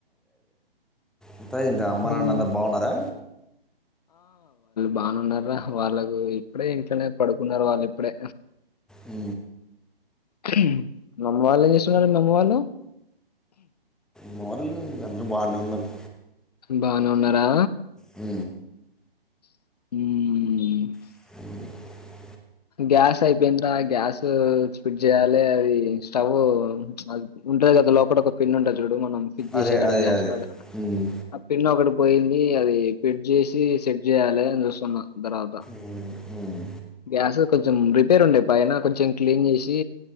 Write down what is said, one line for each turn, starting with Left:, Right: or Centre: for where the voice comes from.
Centre: అంతా ఇంకా అమ్మ
Left: హ్మ్.
Centre: నాన్న అందరు బాగున్నారా
Left: బానున్నార్రా వాళ్ళకు ఇప్పుడే ఇంట్లనే పడుకున్నారు వాళ్ళు ఇప్పుడే
Centre: హు
Left: ఉమ్ మీ అమ్మ వాళ్ళు ఏం చేస్తున్నారండి అమ్మ వాళ్ళు
Centre: మలు అందరు బానే ఉన్నారు
Left: బానే ఉన్నారా
Centre: హు
Left: ఉమ్
Centre: అ <inaudible>
Left: గ్యాస్ అయిపోయిందిరా గ్యాస్ స్ట్ చేయాలే అది స్టవ్ అది ఉంటది కదా లోపట ఒక పిన్నుంటది చూడు ఫిక్స్ చేసే
Centre: అదే
Left: కాడ
Centre: అదే
Left: గ్యాస్
Centre: అదే
Left: కాడ
Centre: ఉమ్,
Left: ఆ పిన్ ఒకడు పోయింది అది ఫిట్ చేసి సెట్ చేయాలె అని చూస్తున్నా తర్వాత
Centre: ఉమ్, ఉమ్,
Left: గ్యాస్ కొంచెం రిపేర్ ఉండే పైన కొంచెం క్లీన్ చేసి